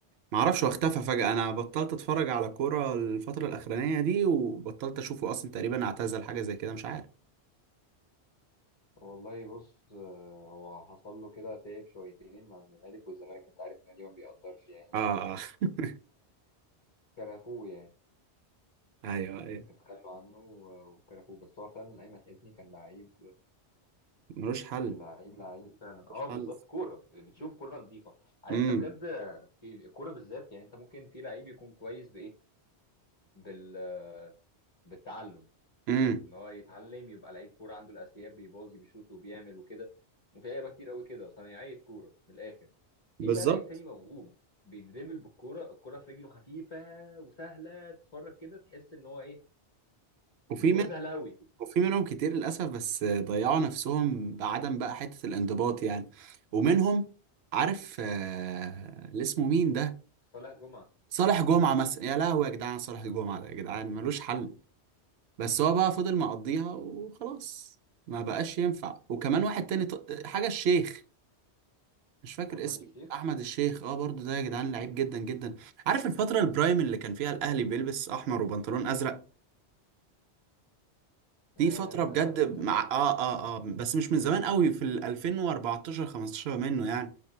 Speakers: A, on the right; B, on the left.
A: معرفش هو اختفى فجأة أنا بطلت أتفرج على كورة الفترة الأخرانية دي وبطلت أشوفه أصلا تقريبا اعتزل حاجة زي كده مش عارف
B: والله بص آه، هو حصل له كده تعب شويتين مع الزمالك والزمالك انت عارف النادي ما بيقدرش يعني
A: آه آه. <laughs>
B: فكرفوه يعني
A: أيوه أيوه
B: اتخلوا عنه و- وكرفوه بس هو فعلا ايمن حفني كان لعيب
A: ملوش حل
B: لعيب لعيب فعلا
A: ملوش
B: اه بالظبط
A: حل
B: كوره بتشوف كوره نظيفه عارف
A: امم
B: انت بجد في الكوره بالذات يعني انت ممكن في لعيب يكون كويس بايه بال بالتعلم
A: امم
B: اللي هو يتعلم يبقى لعيب كوره عنده الاساسيات بيباظي بيشوط وبيعمل وكده وفي لعيبه كتير قوي كده صنايعيه كوره من الاخر في
A: بالظبط
B: بقى لعيب تاني موهوب بيدربل بالكوره الكوره في رجله خفيفه وسهله تتفرج كده تحس ان هو ايه
A: وفي
B: ان الكوره
A: من
B: سهله قوي
A: وفي منهم كتير للأسف بس ضيعوا نفسهم بعدم بقى حتة الانضباط يعني ومنهم عارف آه... اللي اسمه مين ده
B: صالح جمعه
A: صالح جمعة مثلا يا لهوي يا جدعان صالح جمعة ده يا جدعان ملوش حل بس هو بقى فضل مقضيها وخلاص ما بقاش ينفع وكمان واحد تاني ط- حاجة الشيخ مش فاكر
B: احمد
A: اسمه
B: الشيخ
A: احمد الشيخ اه برضو ده يا جدعان لعيب جدا جدا عارف الفترة البرايم اللي كان فيها الاهلي بيلبس احمر وبنطلون ازرق
B: اه
A: دي فترة بجد
B: اه ده من زمان
A: مع اه اه اه بس مش من زمان قوي في ال 2014 15 منه يعني